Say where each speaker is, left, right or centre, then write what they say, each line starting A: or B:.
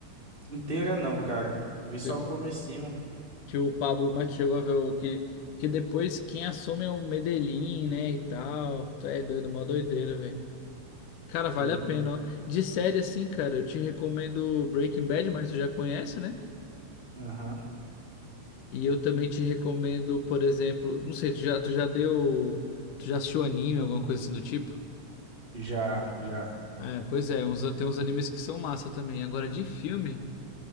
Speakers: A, on the right; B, on the left.
A: Inteira não, cara. Eu vi só
B: De-
A: o comecinho.
B: que o Pablo Mate chegou a ver o que. Porque depois quem assume é o Medellín, né? E tal. Tu é doido, uma doideira, velho. Cara, vale
A: Eu
B: a
A: vi.
B: pena, ó. De série, assim, cara, eu te recomendo Breaking Bad, mas tu já conhece, né?
A: Aham.
B: E eu também te recomendo, por exemplo, não sei, tu já, tu já deu. Tu já assistiu anime, alguma coisa assim do tipo?
A: Já, já.
B: É, pois é, uns, tem uns animes que são massa também. Agora, de filme.